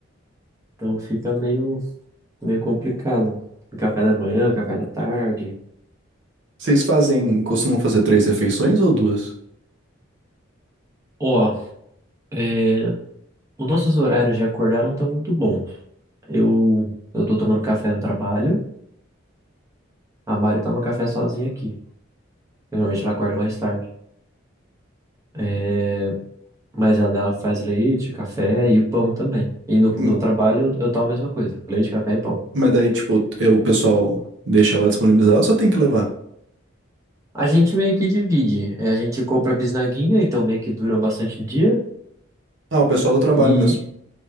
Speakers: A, on the right; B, on the right.
A: Então fica meio, meio complicado. O café da manhã, o café da tarde.
B: Vocês fazem, costumam fazer três refeições ou duas?
A: Ó, é, os nossos horários de acordar não estão muito bons. Eu, eu tô tomando café no trabalho, a Mari toma café sozinha aqui. Normalmente ela acorda mais tarde. É, mas a dela faz leite, café e o pão também. E no, no
B: Hum,
A: trabalho eu, eu tomo a mesma coisa, leite, café e pão.
B: Mas daí, tipo, é, o pessoal deixa lá disponibilizado, só tem que levar.
A: A gente meio que divide. É, a gente compra bisnaguinha, então meio que dura bastante dia.
B: Ah, o pessoal do trabalho
A: E
B: mesmo.